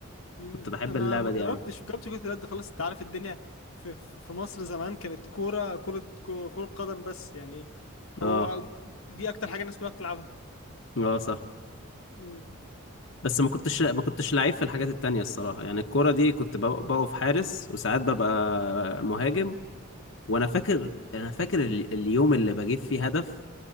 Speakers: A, on the left (about 80°); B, on the left (about 65°).
A: مم.
B: كنت بحب
A: انا
B: اللعبة
A: ما
B: دي
A: جربتش
B: أوي
A: جربت كره اليد خالص انت عارف الدنيا في في في مصر زمان كانت كوره كره كو- كره قدم بس يعني هو
B: اه
A: دي اكتر حاجه الناس كلها بتلعبها
B: اه صح
A: مم.
B: بس ما كنتش ما كنتش لعيب في الحاجات التانية الصراحة يعني الكورة دي كنت بق- بقف حارس وساعات ببقى مهاجم وانا فاكر انا فاكر ال- اليوم اللي بجيب فيه هدف